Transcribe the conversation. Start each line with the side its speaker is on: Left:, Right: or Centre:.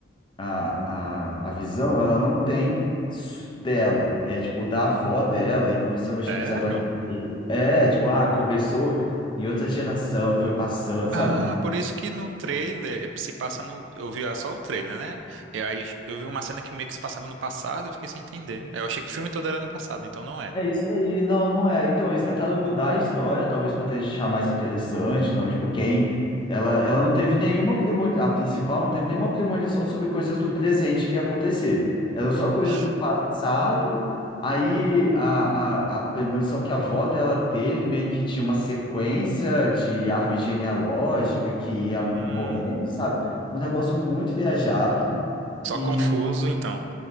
Left: a, a, a visão, ela não tem s- dela. É tipo da avó dela e começou a mexer
Right: Sério?
Left: com os negócios. E- É, tipo, ah, começou em outra geração e foi passando, sabe?
Right: Ah, por isso que no trailer, eh, se passa no. Eu vi ah, só o trailer, né? E aí eu vi uma cena que meio que se passava no passado, eu fiquei sem entender. Eu achei que o filme todo era no passado, então não é.
Left: É isso aí, não, não é. Então, eles tentaram mudar a história, talvez para deixar mais interessante. Então, tipo, quem. Ela, ela não teve nenhuma premonição, a principal não teve nenhuma premonição sobre coisas do presente que ia acontecer. Eram só
Right: Oxi.
Left: coisas do passado. Aí, a, a, a premonição que a avó dela teve meio que tinha uma sequência de árvore genealógica que ia
Right: Hum,
Left: morrendo, sabe? Um negócio muito viajado que.
Right: só confuso, então.